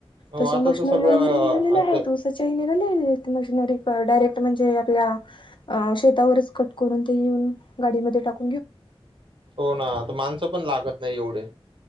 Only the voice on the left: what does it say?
तशा
मशिनरी
वैगेर निघल्या
आहेत उसाच्या ही निघतात. मशनरी डायरेक्ट म्हणजे आपल्या शेतावरच कट करून ते येऊन गाडीमध्ये टाक